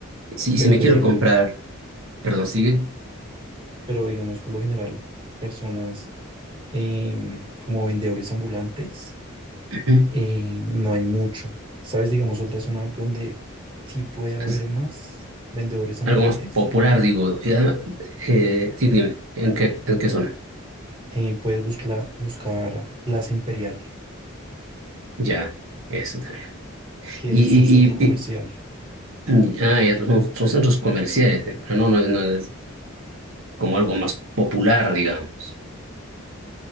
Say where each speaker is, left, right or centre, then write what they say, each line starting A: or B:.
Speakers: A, on the right; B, on the right.
A: Sí, y
B: pero
A: si me
B: pues
A: quiero
B: digamos,
A: comprar, perdón, sigue.
B: pero digamos, por lo general, personas em, como vendedores ambulantes
A: ujú.
B: eh, no hay mucho. ¿Sabes? Digamos, otra zona donde sí puede haber
A: Es
B: más vendedores ambulantes.
A: algo más popular, digo. Y además, eh, sí, dime, ¿en qué, en qué zona?
B: eh, puedes buscla- buscar Plaza Imperial,
A: Ya, eso también.
B: que
A: Y,
B: es un centro comercial.
A: y, y, y- ah, ya son, son centros comerciales, eh, pero no, no, no es como algo más popular, digamos.